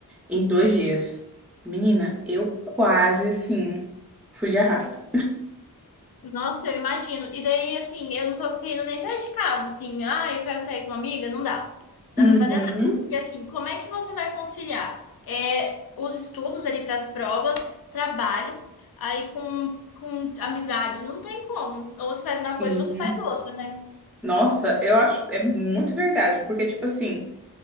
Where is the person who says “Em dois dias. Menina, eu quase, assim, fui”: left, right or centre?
Centre